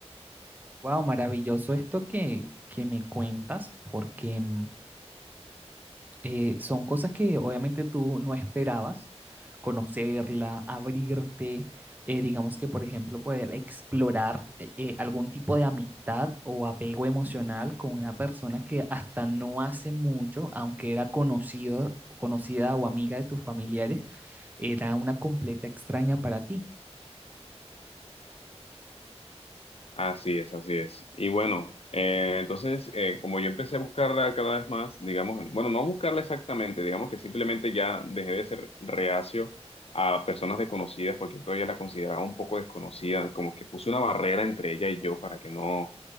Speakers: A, on the right (about 15°); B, on the left (about 60°).
A: Wow, maravilloso esto que, que me cuentas, porque mm, eh, son cosas que obviamente tú no esperabas conocerla, abrirte, eh, digamos que, por ejemplo, poder explorar eh, eh, algún tipo de amistad o apego emocional con una persona que hasta no hace mucho, aunque era conocido, conocida o amiga de tus familiares, era una completa extraña para ti.
B: Así es, así es. Y bueno, eh, entonces, eh, como yo empecé a buscarla cada vez más, digamos, bueno, no buscarla exactamente, digamos que simplemente ya dejé de ser reacio a personas desconocidas porque todavía la consideraba un poco desconocida, como que puse una barrera entre ella y yo para que no,